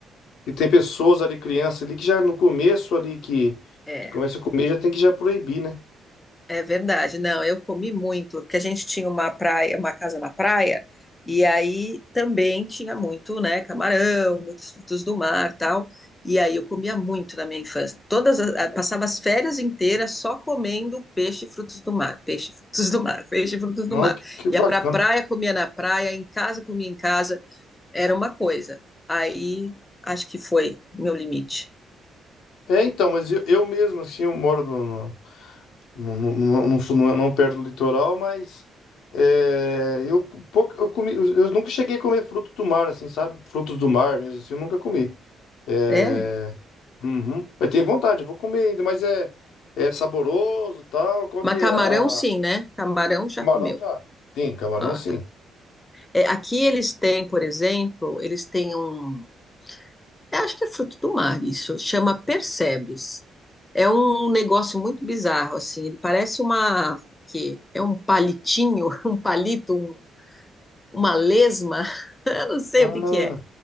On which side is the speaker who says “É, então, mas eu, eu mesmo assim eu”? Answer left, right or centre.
Left